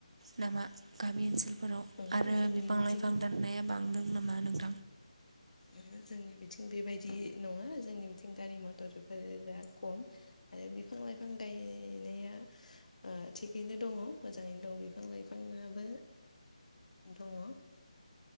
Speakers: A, on the right; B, on the left.
A: नामा? गामि ओनसोल फोराव
B: ओहो
A: आरो
B: जोंनि
A: बिफां
B: बिथिं
A: लाइफां दाननाया बांदों नामा नोंथां?
B: ओहो जोंनि बिथिं बेबायदि नङा जोंनि बिथिं गारि मथरफोरा खम आरो बिफां लाइफां गायनाया ओ थिगैनो दङ मोजाङैनो दं बिफां लाइफाङाबो दङ।